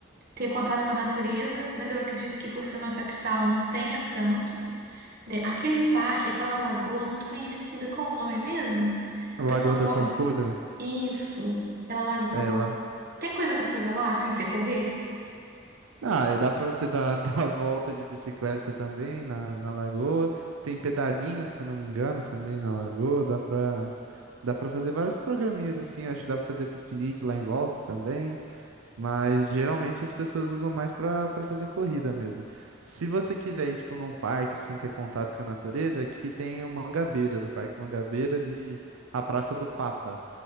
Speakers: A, on the right (about 45°); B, on the right (about 80°).
A: ter contato com a natureza, mas eu acredito que por ser uma capital não tenha tanto. De- Aquele parque, aquela lagoa muito conhecida, qual o nome mesmo? Que
B: Lagoa
A: o pessoal
B: da
A: corre.
B: Pampulha?
A: Isso, aquela lagoa.
B: É, lá.
A: Tem coisa pra fazer lá sem ser correr?
B: Ah, é, dá pra você dar, <laughs> dar a volta de bicicleta também na, na lagoa. Tem pedalinho, se eu não me engano, também na lagoa. Dá pra, dá pra fazer vários programinhas assim. Acho que dá pra fazer piquenique lá em volta também. Mas geralmente as pessoas usam mais pra, pra fazer corrida mesmo. Se você quiser ir, tipo, num parque, assim, ter contato com a natureza, aqui tem o Mangabeiras, o Parque Mangabeiras e a Praça do Papa.